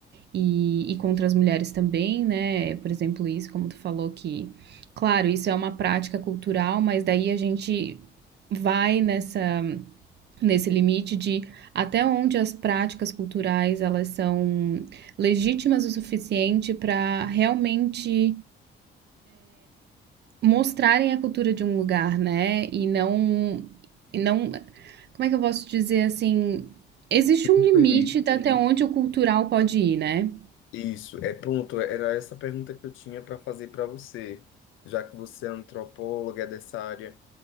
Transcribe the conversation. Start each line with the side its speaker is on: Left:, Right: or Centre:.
Right: e, e contra as mulheres também, né? Por exemplo, isso, como tu falou, que, claro, isso é uma prática cultural, mas daí a gente vai nessa nesse limite de até onde as práticas culturais elas são legítimas o suficiente para realmente mostrarem a cultura de um lugar, né? E não e não como é que eu posso dizer assim, existe
Left: Entendi.
Right: um limite de até onde o cultural pode ir, né?
Left: Isso, é pronto. Era essa pergunta que eu tinha para fazer para você, já que você é antropóloga é dessa área,